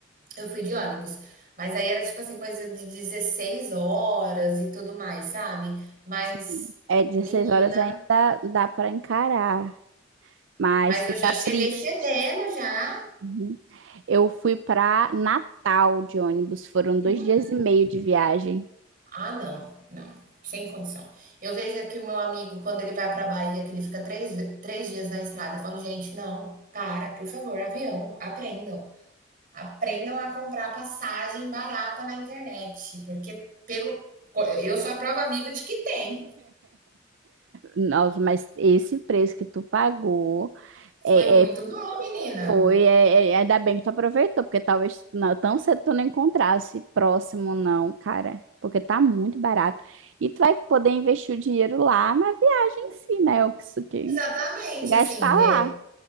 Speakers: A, on the right; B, on the right.
A: Eu fui de ônibus, mas aí era tipo assim, coisa de 16 horas e tudo mais, sabe? Mas,
B: Sim. É, 16
A: menina,
B: horas ainda dá para encarar, mas
A: mas
B: fica
A: eu já cheguei
B: triste.
A: fedendo já.
B: Uhum. Eu fui para Natal de ônibus, foram dois
A: Hum,
B: dias e meio de viagem.
A: ah, não, não, sem condição. Eu vejo aqui o meu amigo, quando ele vai pra Bahia, que ele fica três, ve- três dias na estrada, eu falo, gente, não, para, por favor, avião, aprendam. Aprendam a comprar passagem barata na internet, porque pelo, co- eu sou a prova viva de que tem.
B: Nossa, mas esse preço que tu pagou é,
A: Foi muito
B: é-
A: bom, menina.
B: foi. É, é- ainda bem que tu aproveitou, porque talvez não, tão cedo tu não encontrasse próximo, não, cara. Porque tá muito barato. E tu vai poder investir o dinheiro lá na viagem em si, né? O que isso que
A: Exatamente,
B: gastar
A: assim, né,
B: lá.